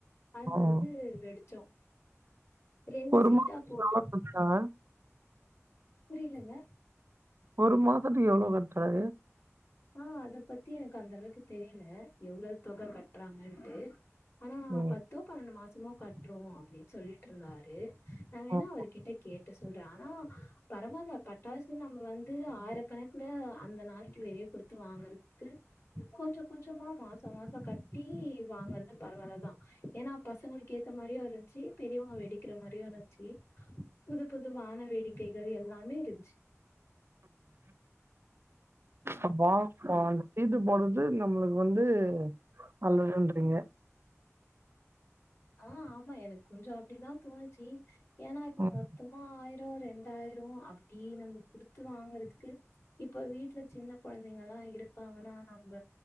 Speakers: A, on the left (about 55°); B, on the right (about 50°).
A: அது
B: ம்
A: வந்ட்டு வெடிச்சோ ரெண்டு
B: ஒரு
A: சீட்டா
B: மாசத்துக்கு
A: போட்டு
B: எவ்ளோ கட்னாங்க?
A: புரியலங்க
B: ஒரு மாசத்துக்கு எவ்ளோ கட்ராரு
A: ஆ அத பத்தி எனக்கு அந்த அளவுக்கு தெரியல எவ்ளோ தொகை கட்றாங்கன்ட்டு ஆனா
B: ம்
A: பத்தோ பன்னெண்டு மாசமோ கட்றோ அப்டினு சொல்லிட்டு இருந்தாரு நா வேணா
B: ம்
A: அவர்கிட்ட கேட்டு சொல்றே ஆனா பரவால்ல பட்டாசு நம்ம வந்து ஆயிரக்கணக்குல அந்த நாளைக்கு வெளிய குடுத்து வாங்கறதுக்கு கொஞ்சோ கொஞ்சோமா மாசோ மாசோ கட்டி வாங்குறது பரவாயில்ல தா ஏன்னா பசங்களுக்கு ஏத்த மாரியு இருந்த்ச்சு பெரியவங்க வெடிக்கிற மாரியு இருந்த்ச்சு புது புது வான வேடிக்கைகள் எல்லாமே இருன்ச்சு
B: அப்போ <unintelligible> சீட்டு போடுறது நம்மளுக்கு வந்து நல்லதுன்றீங்க
A: ஆ ஆமா எனக்கு கொஞ்சோ அப்டிதா தோணுச்சி ஏனா இப்ப
B: ம்
A: மொத்தமா ஆயிரோ ரெண் டாயிரோ அப்டி நம்ம குடுத்து வாங்றதுக்கு இப்ப வீட்ல சின்ன கொழந்தைங்கல்லா இருக்காங்கனா நம்ம